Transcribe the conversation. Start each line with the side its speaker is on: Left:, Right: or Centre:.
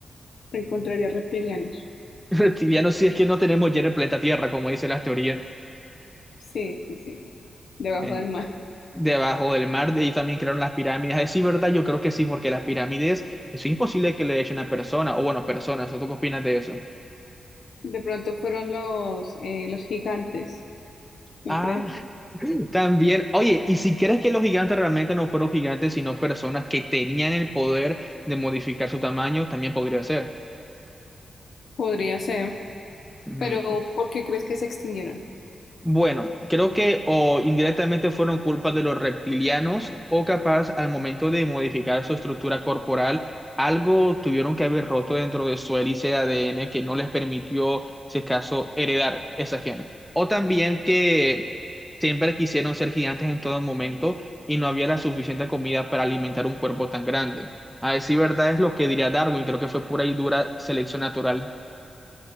Left: Te encontrarías reptilianos.
Centre: <laughs> Reptilianos, si es que no tenemos ya en el planeta Tierra, como dicen las teorías,
Left: Sí, sí, sí. Debajo
Centre: en-
Left: del mar.
Centre: debajo del mar, de ahí también crearon las pirámides. Es sí, ¿verdad? Yo creo que sí, porque las pirámides, eso es imposible que le eche una persona, o bueno, personas, ¿o tú qué opinas de eso?
Left: De pronto fueron los, eh, los gigantes, ¿no
Centre: Ah,
Left: crees?
Centre: también, oye, ¿y si crees que los gigantes realmente no fueron gigantes, sino personas que tenían el poder de modificar su tamaño, también podría ser?
Left: Podría ser,
Centre: Ujú.
Left: pero ¿por qué crees que se extinguieron?
Centre: Bueno, creo que o indirectamente fueron culpa de los reptilianos o capaz al momento de modificar su estructura corporal, algo tuvieron que haber roto dentro de su hélice de ADN que no les permitió, si es caso, heredar esa genes. O también que siempre quisieron ser gigantes en todo momento y no había la suficiente comida para alimentar un cuerpo tan grande. A decir verdad es lo que diría Darwin, creo que fue pura y dura selección natural.